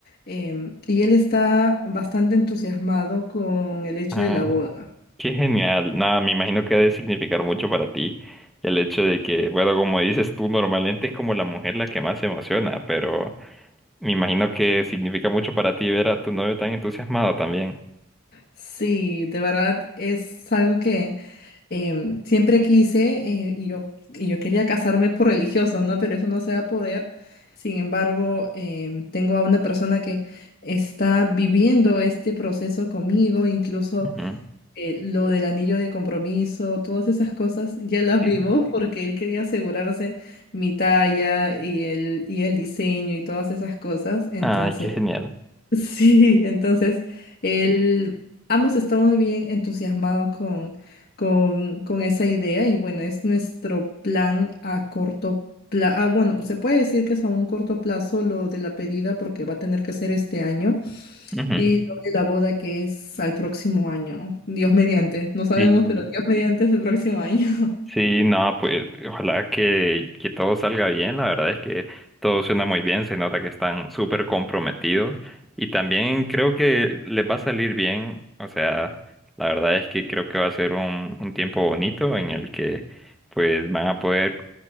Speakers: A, on the left; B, in the centre.
A: em, y él está bastante entusiasmado con el hecho
B: Ah,
A: de la boda.
B: Qué genial. Nada, me imagino que ha de significar mucho para ti el hecho de que, bueno, como dices tú, normalmente es como la mujer la que más se emociona, pero me imagino que significa mucho para ti ver a tu novio tan entusiasmado también.
A: Sí, de verdad es algo que em, siempre quise eh, y yo, y yo quería casarme por religioso, ¿no? Pero eso no se va a poder. Sin embargo, em, tengo a una persona que está viviendo este proceso conmigo, incluso
B: Ujú.
A: eh, lo del anillo de compromiso, todas esas cosas ya las
B: Sí.
A: vimos porque él quería asegurarse mi talla y el, y el diseño y todas esas cosas. Entonces,
B: Ay, qué genial.
A: <laughs> Sí, entonces el, ambos estamos bien entusiasmados con, con, con esa idea y bueno, es nuestro plan a corto plazo. bueno, se puede decir que es a un corto plazo lo de la pedida porque va a tener que ser este año
B: Ujú.
A: y lo de la boda que es al próximo año. Dios mediante, no sabemos,
B: Sí.
A: pero Dios mediante es el próximo año. <laughs>
B: Sí, no, pues ojalá que, que todo salga bien. La verdad es que todo suena muy bien, se nota que están súper comprometidos y también creo que les va a salir bien. O sea, la verdad es que creo que va a ser un, un tiempo bonito en el que pues van a poder